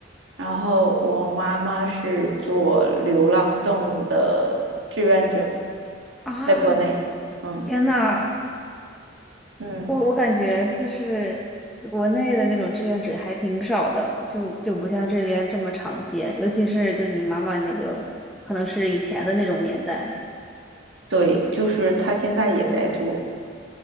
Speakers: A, on the right; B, in the centre.
A: 然后我妈妈是做流浪动物的志愿者，
B: 啊，
A: 在国内，嗯。
B: 天呐！
A: 嗯，
B: 我我感觉就是国内的那种志愿者还挺少的，就就不像这边这么常见，尤其是就你妈妈那个，可能是以前的那种年代。
A: 对，就是他现在也在做，